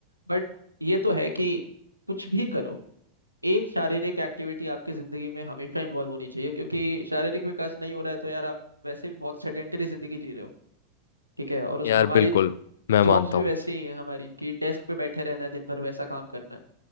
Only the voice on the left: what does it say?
यार
बिल्कुल मैं
मानता
हूँ